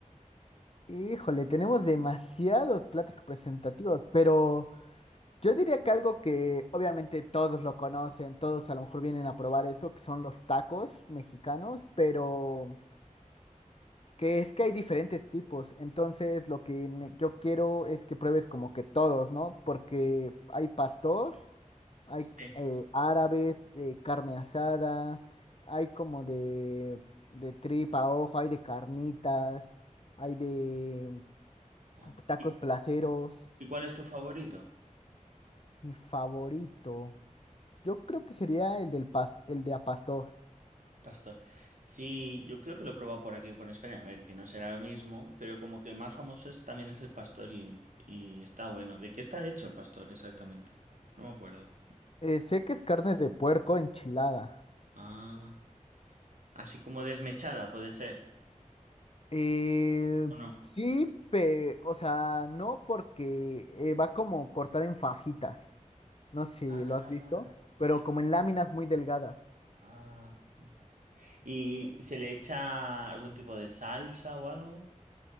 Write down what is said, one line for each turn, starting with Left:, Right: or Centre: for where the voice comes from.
Left: Híjole, tenemos demasiados platos representativos, pero yo diría que algo que obviamente todos lo conocen, todos a lo mejor vienen a probar eso, que son los tacos mexicanos, pero que es que hay diferentes tipos. Entonces, lo que ne- yo quiero es que pruebes como que todos, ¿no? Porque hay pastor. Hay
Right: Sí.
Left: eh, árabes, de carne asada, hay como de, de tripa a ojo, hay de carnitas, hay de mm,
Right: Ah,
Left: tacos
Right: ¿Y,
Left: placeros.
Right: y cuál es tu favorito,
Left: Mi favorito, yo creo que sería el del pas- el de a pastor.
Right: Pastor? Sí, yo creo que lo he probado por aquí, por España. A ver, que no será lo mismo, pero como que el más famoso es, también es el pastor y, y está bueno. ¿De qué está hecho el pastor exactamente? No me acuerdo.
Left: Eh, sé que es carne de puerco enchilada.
Right: Ah. Así como desmechada, puede ser,
Left: Eh,
Right: ¿o no?
Left: sí, pe- o sea, no porque eh, va como cortada en fajitas. No sé si
Right: Ah,
Left: lo has visto,
Right: sí.
Left: pero como en láminas muy delgadas.
Right: Ah. ¿Y se le echa algún tipo de salsa o algo?